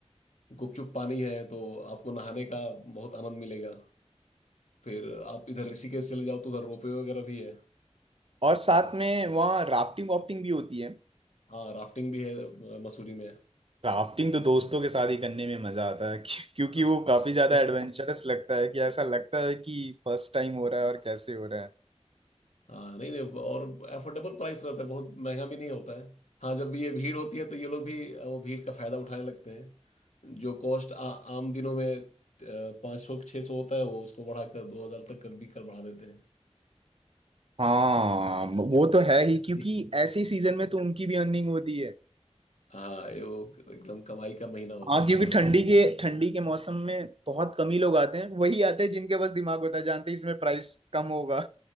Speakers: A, on the left; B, on the right.
A: गुपचुप पानी है तो आपको नहाने का बहुत आनंद मिलेगा फिर आप इधर ऋषिकेश चले जाओ तो उधर रोपवे वगैरह भी है
B: और साथ में वहाँ राफ्टिंग वाफ्टिंग भी होती है
A: हाँ राफ्टिंग भी है अ, मसूरी में
B: राफ्टिंग तो दोस्तों के साथ ही करने में मजा आता है क्यों- क्योंकि
A: हाँ
B: वो काफी ज्यादा एडवेंचरस
A: <laughs>
B: लगता है कि ऐसा लगता है कि फर्स्ट टाइम हो रहा है और कैसे हो रहा है
A: हाँ नहीं नहीं और अफोर्डेबल प्राइस रहता है बहुत महंगा भी नहीं होता है हाँ जब भी ये भीड़ होती है तो ये लोग भी अ, वो भीड़ का फायदा उठाने लगते हैं जो कॉस्ट आम दिनों में पाँच सौ छः सौ होता है वो उसको बढ़ाकर दो हजार तक कर भी कर बढ़ा देते हैं
B: हाँ वो तो है
A: हाँ
B: ही क्योंकि
A: <laughs>
B: ऐसे सीजन में तो उनकी भी अर्निंग होती है
A: हाँ, ये वो एकदम कमाई का महीना होता
B: हाँ
A: है
B: क्योंकि
A: पूरा
B: ठंडी के ठंडी के मौसम में बहुत कम ही लोग आते हैं वही आते हैं जिनके पास दिमाग होता है जानते हैं इसमें प्राइस कम होगा